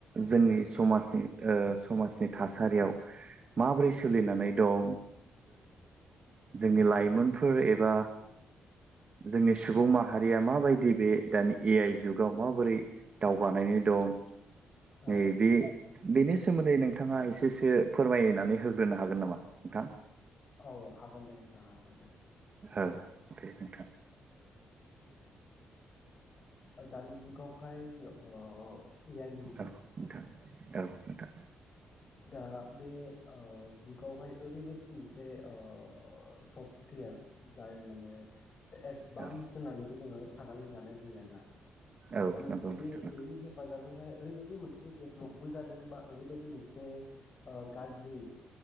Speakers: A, on the right; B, on the left.
A: जोंनि समाजनि ओ समाजनि थासारियाव माबोरै
B: औ
A: सोलिनानै दं जोंनि ओ लाइफ मोनफोर एबा जोंनि सुबुं माहारिया माबायदि बे दानि ए आइ जुगाव माबोरै दावगानायनि दं
B: औ
A: नै बे बेनि सोमोन्दै नोंथाङा एसेसो फोरमायनानै होग्रोनो हागोन नामा नोंथां?
B: औ हागोन दे नोंथां हागोन दे।
A: औ दे नोंथां।
B: <inaudible> ओ दानि जुगावहाय ओ अ अ ए आइ नि जुग।
A: औ नोंथां औ नोंथां।
B: दा बे ओ जुगावहाय ओरैबायदि मोनसे ओ सफ्टवेर ओ जाय माने एडभान्स
A: औ
B: होननानैबो जोङो साननानै लानाय जायो आरो ना।
A: औ
B: <unintelligible>
A: नंगौ नोंथां
B: बे बेनि हेफाजाब बैहाय ओरैबायदि मोनसे डेभलपबो जादों बा ओरैबायदि मोनसे ओ गाज्रि